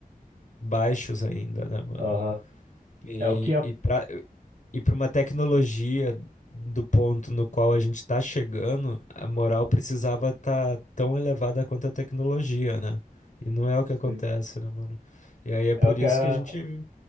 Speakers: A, on the left (about 55°); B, on the right (about 60°).
A: baixos ainda, né, mano?
B: Aham.
A: E,
B: É o que a,
A: e pra, e para uma tecnologia do ponto no qual a gente está chegando, a moral precisava estar tão elevada quanto a tecnologia, né? E não é o que acontece,
B: Sim.
A: né, mano? E aí é por
B: é o que
A: isso
B: a,
A: que a gente